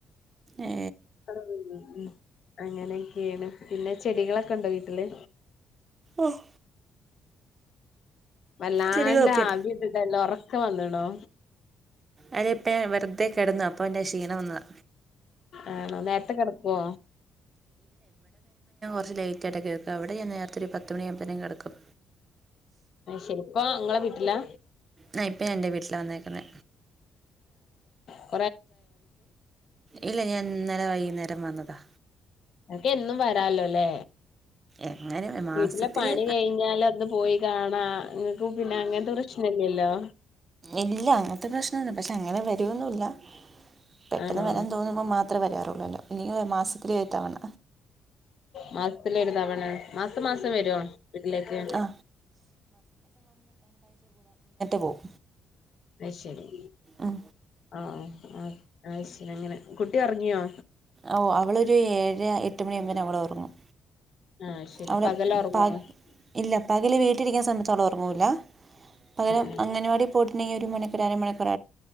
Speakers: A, on the right; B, on the left.
A: ഏ
B: ഉ അങ്ങനെയൊക്കെയാണ് പിന്നെ ചെടികളൊക്കെ ഉണ്ടോ വീട്ടില്
A: ഓഹ്
B: വല്ലാണ്ട്
A: ചെടികളൊക്കെ
B: ആവിത ഇതെല്ല ഉറക്കം വന്നണോ
A: അതിപ്പം ഞാൻ വെറുതെ കിടന്നു അപ്പൊ എന്റെ ക്ഷീണം വന്നതാ
B: ആണോ നേരത്തെ കിടക്കുവോ
A: കുറ ലൈറ്റ് ആയിട്ട് കിടക്ക അവിടെ ഞാ നേരത്തെ ഒരു പത്തു മണിയുമ്പഴത്തേും കടക്കും
B: ശരിപ്പ നിങ്ങളെ വീട്ടിലാ
A: ആ ഇപ്പൊ ഞാ എന്റെ വീട്ടില വന്നേക്കുന്ന
B: ഉ
A: ഇല്ല ഞാൻ ഇന്നേലെ വൈകുന്നേരം വന്നതാ
B: അക്ക എന്നും വരാലോല്ലേ
A: എങ്ങനെ മാസത്തില്
B: വീട്ടലെ പണി കഴിഞ്ഞാല അന്ന് പോയി കാണാം പിന്നെ അങ്ങനത്തെ പ്രശ്നല്ലേല്ലോ
A: ഇല്ല അങ്ങനത്തെ പ്രശ്നുണ്ട് പക്ഷെ അങ്ങനെ വരൊന്നുംല്ല പെട്ടെന്ന്
B: ആണോ
A: വരാൻ തോന്നുമ്പോ മാത്രമേ വരാറുള്ളൂല്ലോ ഇനി മാസത്തിലേ ആയി തവണ
B: മാസത്തില ഒരുഴുതവണ മാസം മാസം വരുമോ വീട്ടിലേക്ക്
A: ആ പോവും
B: അ ശരി
A: ആഹ
B: ആ ആ ശരി അങ്ങനെ കുട്ടി ഇറങ്ങിയോ
A: ഓ അവളൊരു ഏഴ് എട്ട മണി ആവുമ്പേ അവൾ ഉറങ്ങും
B: ആഹ് ശരി
A: അവവിടെ
B: പകല് ഒറങ്ങോ
A: പ
B: ആഹ്
A: ഇല്ല പകല് വീട്ടിലിരിക്കൻ സമയത്ത് അവൾ ഉറങ്ങൂല്ല പകരം
B: ആഹ്
A: അംഗൻവാടി പോയിട്ടണ്ടെങ്കിൽ ഒരു മണിക്കൂർ അരമണിക്കൂർ